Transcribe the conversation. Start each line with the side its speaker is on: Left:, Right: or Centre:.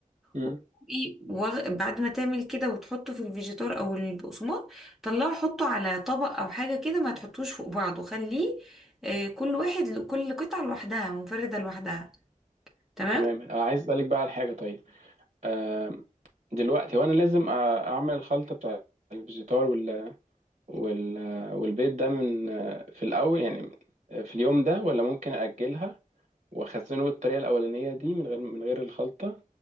Right: مم.
Centre: وتقومي واغ- بعد ما تعمل كده وتحطه في الفيجيتار او البقسماط طلعه حطه على طبق او حاجه كده ما تحطوش فوق بعضه خليه آه، كل واحد كل قطعه لوحدها منفرده لوحدها تمام
Right: تمام آه، عايز اسالك بقى على حاجه طيب آه دلوقتي وانا لازم آه، اعمل الخلطه بتاع الفيجيتار وال وال والبيض ده من آه، في الاول يعني آه، في اليوم ده ولا ممكن اجلها واخزنه بالطريقه الاولانيه دي من غير من غير الخلطه